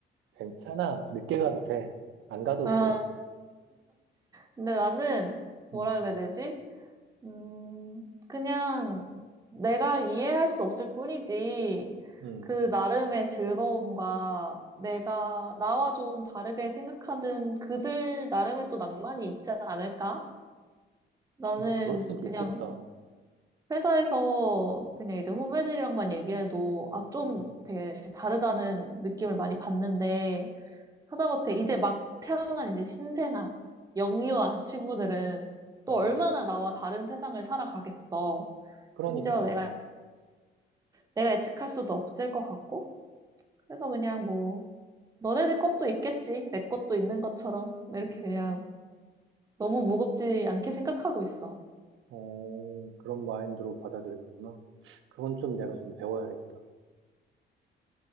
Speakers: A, on the right; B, on the right.
A: 괜찮아. 늦게 가도 돼. 안 가도
B: 아
A: 되고.
B: 근데 나는 뭐라
A: 음,
B: 그래야 되지? 음 그냥 내가 이해할 수 없을 뿐이지.
A: 음.
B: 그 나름의 즐거움과 내가 나와 좀 다르게 생각하는 그들 나름의 또 낭만이 있지 않을까? 나는
A: 뭐, 그럴 수도
B: 그냥
A: 있겠다.
B: 회사에서 그냥 이제 후배들이랑만 얘기해도 아, 좀
A: 음,
B: 되게 다르다는 느낌을 많이 받는데 하다못해 이제 막 태어난 이제 신생아, 영유아 친구들은 또
A: 음.
B: 얼마나 나와 다른 세상을 살아가겠어.
A: 그러니까,
B: 심지어 내가, 내가 예측할 수도 없을 것 같고. 그래서 그냥 뭐 너네들 것도 있겠지. 내 것도 있는 것처럼. 이렇게 그냥 너무 무겁지 않게 생각하고 있어.
A: 어, 그런 마인드로 받아들이는구나. 그건 좀 내가 좀 배워야겠다.